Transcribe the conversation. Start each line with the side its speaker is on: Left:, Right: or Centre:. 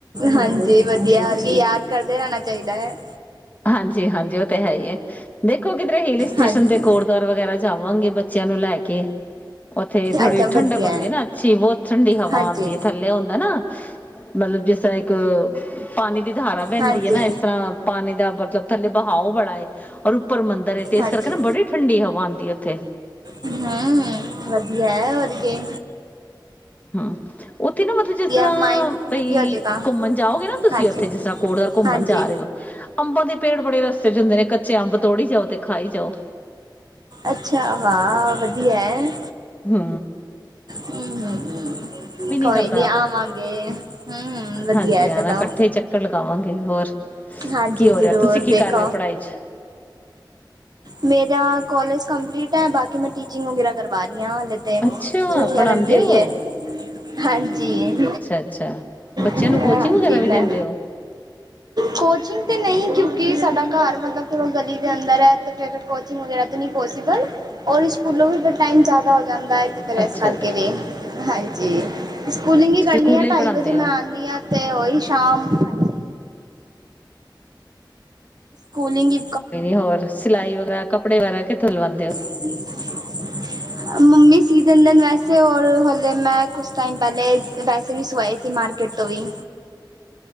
Right: ਹਾਂਜੀ ਵਧੀਆ ਅਸੀਂ ਯਾਦ ਕਰਦੇ ਰਹਿਣਾ ਚਾਹੀਦਾ ਹੈ।
Left: ਹਾਂਜੀ-ਹਾਂਜੀ ਉਹ ਤਾਂ ਹੈ ਹੀ ਹੈ ਦੇਖੋ ਕਿਧਰੇ ਹਲ ਸਟੇਸ਼ਨ
Right: ਹਾਂਜੀ
Left: ਤੇ ਕੋੜ ਦੁਆਰ ਵਗੈਰਾ ਜਾਵਾਂਗੇ ਬੱਚਿਆਂ ਨੂੰ ਲੈ ਕੇ ਕੇ <inaudible> ਉੱਥੇ ਥੋੜ੍ਹੀ
Right: ਅੱਛਾ
Left: ਠੰਡਕ
Right: ਵਧੀਆ
Left: ਹੁੰਦੀ ਹੈ ਨਾ ਅੱਛੀ ਬਹੁਤ ਠੰਡੀ ਹਵਾ
Right: ਹਾਂਜੀ
Left: ਆਉਂਦੀ ਹੈ ਥੱਲੇ ਹੁੰਦਾ ਨਾ ਮਤਲਬ ਜਿਸ ਤਰ੍ਹਾਂ ਇੱਕ ਪਾਣੀ ਦੀ ਧਾਰਾ ਪੈਂਦੀ
Right: ਹਾਂਜੀ
Left: ਹੈ ਨਾ ਇਸ ਇਸ ਤਰ੍ਹਾਂ ਪਾਣੀ ਦਾ ਬੱਤਕ ਥੱਲੇ ਬਹਾਓ ਬੜਾ ਉੱਪਰ ਮੰਦਰ ਤੇ ਇਸ
Right: ਹਾਂਜੀ
Left: ਕਰਕੇ ਨਾ ਬੜੀ ਠੰਡੀ ਹਵਾ ਆਉਂਦੀ ਹੈ ਇੱਥੇ
Right: ਹੂ ਵਧੀਆ ਹੈ ਹੋਰ ਕਿ
Left: ਹੂ ਉੱਥੇ ਨਾ ਮਤਲਬ ਜਿਸ ਤਰ੍ਹਾਂ
Right: ਮਾਇੰਡ
Left: ਪਾਈ
Right: ਵਧੀਆ ਹੋ ਜਾਏਗਾ
Left: ਘੁੰਮਣ ਜਾਓਗੇ ਨਾ ਤੁਸੀਂ
Right: ਹਾਂਜੀ
Left: ਉੱਥੇ ਜਿਸ ਤਰ੍ਹਾਂ ਕੋੜ ਘੁੰਮਣ
Right: ਹਾਂਜੀ
Left: ਜਾ ਰਹੇ ਹੋ ਅੰਬਾਂ ਦੇ ਪੇੜ ਬੜੇ ਰਸਤੇ ਚ ਹੁੰਦੇ ਨੇ ਕੱਚੇ ਅੰਬ ਤੋੜੀ ਜਾਓ ਤੇ ਖਾਈ ਜਾਓ
Right: ਅੱਛਾ ਹਾਂ ਵਧੀਆ ਹੈ
Left: ਹੂ,,,
Right: ਹੂ ਕੋਈ
Left: ਕਰਦਾ।
Right: ਨੀ ਆਵਾਂਗੇ ਹੂ ਵਧੀਆ
Left: ਹਾਂਜੀ ਹਾਂ,
Right: ਚਲੋ
Left: ਇਕੱਠੇ ਹੀ ਚੱਕਰ ਲਗਾਵਾਂਗੇ ਹੋਰ
Right: ਹਾਂਜੀ
Left: ਕੀ ਹੋ
Right: ਜ਼ਰੂਰ
Left: ਰਿਹਾ ਤੁਸੀਂ ਕੀ ਕਰ
Right: ਦੇਖੋ
Left: ਰਹੇ ਹੋ ਪੜ੍ਹਾਈ ਚ
Right: ਮੇਰਾ ਕੋਾਲਜ ਕੰਪਲੀਟ ਹੈ ਬਾਕੀ ਮੈਂ ਟੀਚਿੰਗ ਵਗੈਰਾ ਕਰਵਾ ਰਹੀ ਹਾਂ ਹਲੇ ਤੇ
Left: ਅੱਛਾ,
Right: ਛੁੱਟੀਆਂ
Left: ਪੜ੍ਹਾਂਦੇ
Right: ਲੱਗੀ ਹੋਈ
Left: ਹੋ?
Right: ਹੈ ਹਾਂਜੀ
Left: ਅੱਛਾ ਅੱਛਾ ਬੱਚਿਆਂ
Right: ਹਾਂਜੀ
Left: ਨੂੰ ਕੋਚਿੰਗ ਵਗੈਰਾ ਵੀ
Right: ਮੈਂ
Left: ਦਿੰਦੇ ਹੋ
Right: ਕੋਚਿੰਗ ਤੇ ਨਹੀਂ ਕਿਉਂਕਿ ਸਾਡਾ ਘਰ ਮਤਲਬ ਚਲੋ ਗਲੀ ਦੇ ਅੰਦਰ ਹੈ ਫਿਰ ਕੋਚਿੰਗ ਵਗੈਰਾ ਤਾਂ ਨਹੀਂ ਪੋਸੀਬਲ ਔਰ ਸਕੂਲੋਂ ਵੀ ਟਾਈਮ ਜ਼ਿਆਦਾ ਹੋ ਜਾਂਦਾ ਹੈ ਫਿਰ
Left: ਅੱਛਾ,
Right: ਇਸ ਕਰਕੇ
Left: ਅੱਛਾ
Right: ਹਾਂਜੀ ਸਕੂਲਿੰਗ ਹੀ
Left: ਤੁਸੀਂ
Right: ਕਰਨੀ
Left: ਸਕੂਲੇ
Right: ਆ
Left: ਹੀ
Right: ਢਾਈ
Left: ਪੜ੍ਹਾਂਦੇ
Right: ਵਜੇ ਮੈਂ
Left: ਹੋ?
Right: ਆਉਂਦੀ ਆ ਤੇ ਉਹੀ ਸ਼ਾਮ ਹਾਂਜੀ ਕੂਲਿੰਗ
Left: ਕੋਈ ਨੀ ਹੋਰ ਸਿਲਾਈ ਵਗੈਰਾ ਕੱਪੜੇ ਵਗਰਾ ਕਿੱਥੋਂ ਲਵਾਉਂਦੇ ਹੋ
Right: <inaudible> ਮੰਮੀ ਸੀ ਦਿੰਦੇ ਵੈਸੇ ਔਰ ਹਲੇ ਮੈਂ ਕੁਛ ਟਾਈਮ ਪਹਿਲੇ ਵੈਸੇ ਵੀ ਸਵਾਏ ਸੀ ਕੀ ਮਾਰਕੀਟ ਤੋਂ ਵੀ